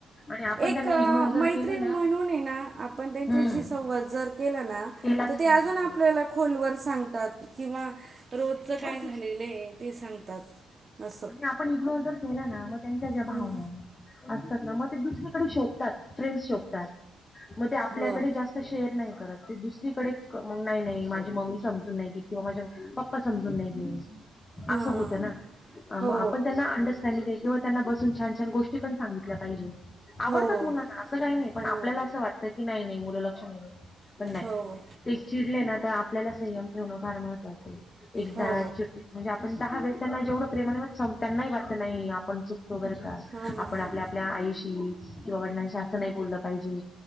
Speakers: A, on the left; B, on the right.
A: आणि आपण
B: एक
A: त्यांना इग्नोर जर
B: मैत्रीण
A: केलं ना
B: ये ना. आपण त्यांच्याशी
A: हम्म
B: संवाद जर केला ना
A: केलाच
B: तर ते
A: पाहिजे
B: अजून आपल्याला.
A: बरोबर
B: खोलवर सांगतात किंवा रोजच
A: मग
B: काय
A: दुस
B: झालेलं ते सांगतात. असं
A: आणि आपण इग्नोर जर केला ना मग त्यांच्या ज्या भावना
B: हं.
A: असतात ना मग ते दुसरीकडे शोधतात फ्रेंड शोधतात मग ते आपल्याकडे
B: हो
A: जास्त शेअर नाही करत ते दुसरीकडे मग नाही माझी मम्मी समजून नाही किंवा माझ्या समजून नाहीे घेत
B: हां
A: असं होत ना, अं
B: हो
A: मग आपण त्यांना अंडज किंवा त्यांना बसून छानछान गोष्टी पण सांगितल्या पाहिजे. आवडतात
B: हो
A: मुलांना असं काही नाही पण
B: हो
A: आपल्याला असं वाटतं की नाही नाही मुलं लक्ष नाही देत. पण नाही
B: हो
A: ते चिडले ना तर आपल्याला संयम ठेवणं फार महत्त्वाचं आहे. एकदा
B: हो
A: <unintelligible> म्हणजे आपण दहा वेळेस त्यांना जेवढं प्रेमाने म त्यांनाही वाटत नाही आपण चक हो बर का
B: हां हां
A: आपण
B: हां
A: आपल्या आपल्या आईशी किंवा वडिलांशी असं नाही बोललं पाहिजे.